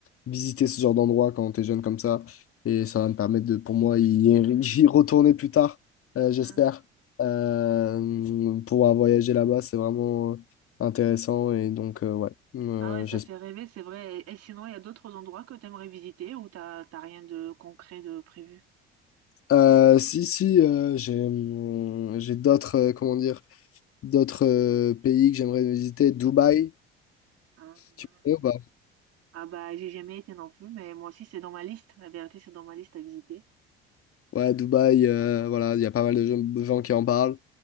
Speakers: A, on the left (about 45°); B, on the right (about 50°).
A: visiter ce genre d'endroit quand t'es jeune comme ça. Et ça va me permettre de, pour moi, y, <laughs> y retourner plus tard, euh, j'espère.
B: Ah
A: Euh, pouvoir voyager là-bas, c'est vraiment euh, intéressant. Et donc, euh, ouais, euh,
B: Ah ouais, ça
A: j'espère.
B: fait rêver, c'est vrai. Et et sinon, il y a d'autres endroits que t'aimerais visiter où t'as t'as rien de concret de prévu.
A: Euh, si, si, euh, j'ai hum, j'ai d'autres, euh, comment dire, d'autres euh, pays que j'aimerais visiter. Dubaï,
B: Ah, Dubaï.
A: tu connais
B: oui.
A: ou pas?
B: Ah bah j'ai jamais été non plus, mais moi aussi c'est dans ma liste. La vérité, c'est dans ma liste à visiter.
A: Ouais, Dubaï, euh, voilà, il y a pas mal de gens gens qui en parlent.